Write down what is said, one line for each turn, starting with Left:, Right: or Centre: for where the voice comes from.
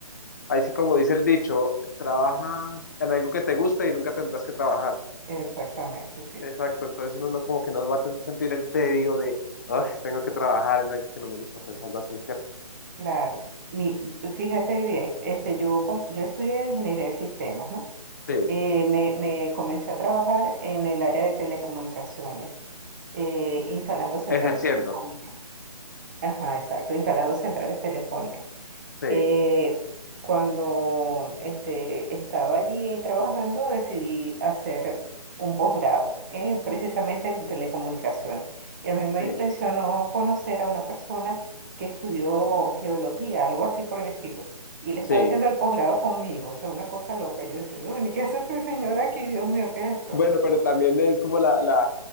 Left: ahí sí como dice el dicho, trabaja en algo que te guste y nunca tendrás que trabajar.
Right: Exactamente, sí,
Left: Exacto, entonces uno no como que no va a ten- sentir el tedio de, "Ay, tengo que trabajar en algo que no me gusta, pues algo así, ¿cierto?
Right: claro. Mi, tú fíjate bien, este, yo, com- yo estudié ingeniería de sistemas, ¿no?
Left: Sí,
Right: Eh, me, me comencé a trabajar en el área de telecomunicaciones, eh, instalando centrales
Left: ejerciendo,
Right: telefónicas. Ajá, exacto, instalando centrales telefónicas.
Left: sí,
Right: eh, cuando este, estaba allí trabajando, decidí hacer un posgrado, eh, precisamente en telecomunicaciones. Y a mí me
Left: sí,
Right: impresionó conocer a una persona que estudió geología, algo así por el estilo. Y él estaba
Left: sí.
Right: haciendo el posgrado conmigo, o sea, una cosa loca. Yo decía, bueno, ¿y qué hace este señor aquí? Dios mío, ¿qué es esto?
Left: Bueno, pero también es como la, la,